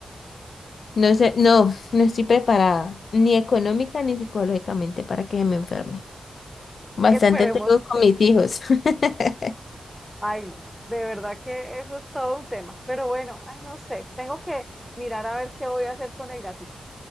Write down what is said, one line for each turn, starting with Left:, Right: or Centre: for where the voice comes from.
Left: no sé, no, no estoy preparada ni económica ni psicológicamente para que se me enferme. Bastante
Centre: Esperemos
Left: tengo con
Centre: que,
Left: mis hijos. <laughs>
Centre: Ay, no, de verdad que eso es todo un tema, pero bueno, ay, no sé, tengo que mirar a ver qué voy a hacer con el gatico.